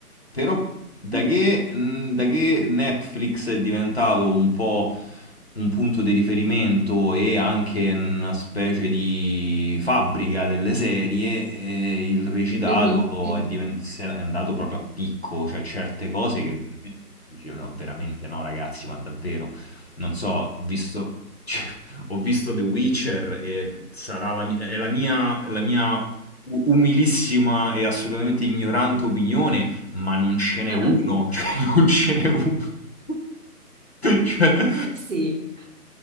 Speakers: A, on the left (about 45°); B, on the right (about 55°).
A: però da
B: Mhm.
A: che, mm, da che Netflix è diventato un po' un punto di riferimento e anche una specie di fabbrica delle serie, eh, il recitato
B: Mhm.
A: è, diven- se- è andato proprio a picco, cioè certe cose che veramente dicono, veramente no ragazzi, ma davvero. Non so, ho visto, <laughs> ho visto The Witcher e sarà la, mi- è la mia, la mia u- umilissima e assolutamente ignorante opinione, ma non ce n'è
B: <laughs>
A: uno, <laughs> cioè non ce n'è uno. <laughs> Cioè,
B: Sì,